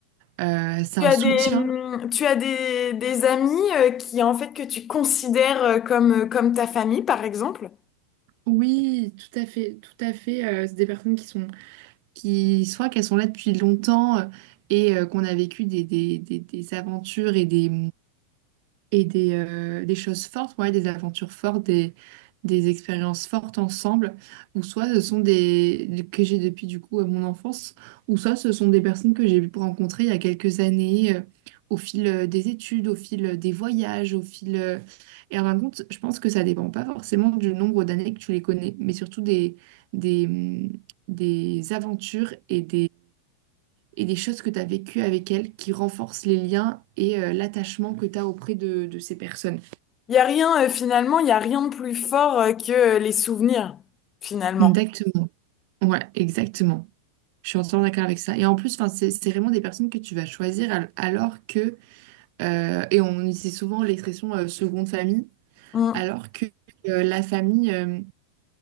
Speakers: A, on the right (about 45°); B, on the left (about 25°).
A: Euh, c'est
B: Tu
A: un
B: as
A: soutien.
B: des, hum, tu as des, des amis euh, qui, en fait, que tu considères euh, comme, euh, comme ta famille, par exemple?
A: Oui, tout à fait, tout à fait. Euh, c'est des personnes qui sont... qui soit qu'elles sont là depuis longtemps euh, et euh, qu'on a vécu des, des, des, des aventures et des, et des, euh, des choses fortes, ouais, des aventures fortes, des, des expériences fortes ensemble, ou soit ce sont des que j'ai depuis du coup euh, mon enfance, ou soit ce sont des personnes que j'ai pu rencontrer il y a quelques années, euh, au fil euh, des études, au fil euh, des voyages, au fil... euh, Et en fin de compte, je pense que ça dépend pas forcément du nombre d'années que tu les connais, mais surtout des, des, hum, des aventures et et des choses que tu as vécues avec elles qui renforcent les liens et euh, l'attachement que tu as auprès de, de ces personnes.
B: Il n'y a rien, euh, finalement, il n'y a rien de plus fort euh, que euh, les souvenirs, finalement.
A: Exactement. Ouais, exactement. Je suis entièrement d'accord avec ça. Et en plus, enfin, c'est c'est vraiment des personnes que tu vas choisir al- alors que, euh, et on utilise souvent l'expression euh, seconde famille,
B: Hum.
A: alors que euh, la famille, euh,